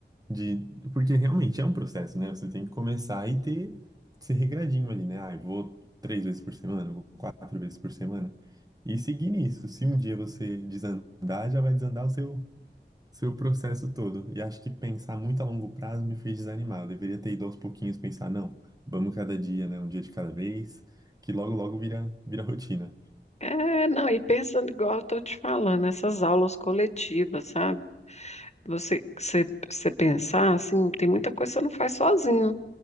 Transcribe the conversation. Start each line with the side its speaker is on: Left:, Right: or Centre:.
Right: de... porque realmente é um processo, né? Você tem que começar e ter, ser regradinho ali, né? Ah, eu vou três vezes por semana, eu vou quatro vezes por semana. E seguir nisso. Se um dia você desandar, já vai desandar o seu Seu processo todo. E acho que pensar muito a longo prazo me fez desanimar. Eu deveria ter ido aos pouquinhos pensar, não, vamos cada dia, né? Um dia de cada vez, que logo, logo vira, vira rotina.
Left: É, não, e pensando igual eu tô te falando, essas aulas coletivas, sabe? Você, você, você pensar, assim, tem muita coisa que você não faz sozinho,